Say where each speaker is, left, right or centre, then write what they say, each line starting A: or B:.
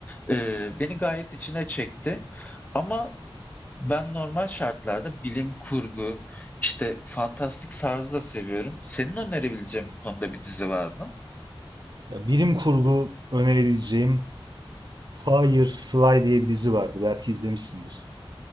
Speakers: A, on the left; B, on the right.
A: eee, beni gayet içine çekti. Ama ben normal şartlarda bilim kurgu, işte fantastik tarzı da seviyorum. Senin önerebileceğin bu konuda bir dizi var mı?
B: Ya bilim kurgu önerebileceğim Firefly diye bir dizi vardı. Belki izlemişsindir.